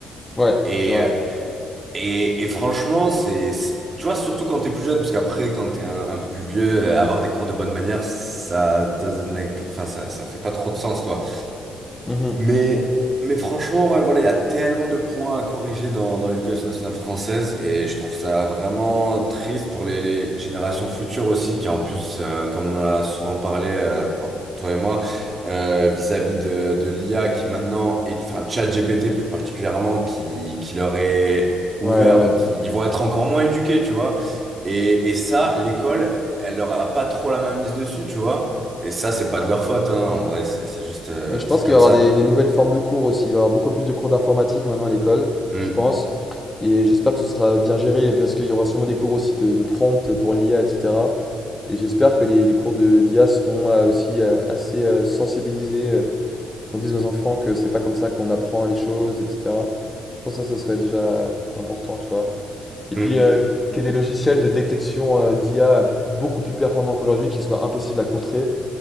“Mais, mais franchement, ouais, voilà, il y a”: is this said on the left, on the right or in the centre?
Right